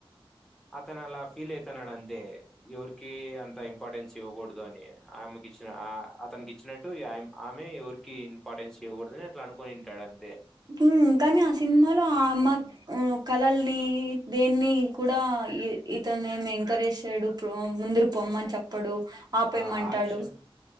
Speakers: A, in the centre; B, on the right.
A: అతను అలా ఫీల్ అయి త్తనడంతే ఎవరికి అంత్ త ఇంపార్టెన్స్ ఇవ్వకుడుదు అని ఆమెకి ఇచ్చిన ఆ అతనికి ఇచ్చినట్టు ఆమె ఎవర్ కిన్ ఇంపార్టెన్స్ చేయకూడద్ అట్లా అనునింటాడన్
B: ఉహ్మ్ కానీ ఆ సినిమాలో ఆమ కళల్ని దేన్ని కూడా ఈ ఇతను ఏ ఎంకరేజ్ చేయడు. ప్రో ముందురు పొమ్మని చెప్ ప్పుడు ఆపేమంటాడు.
A: ఆ! ఆ విషయం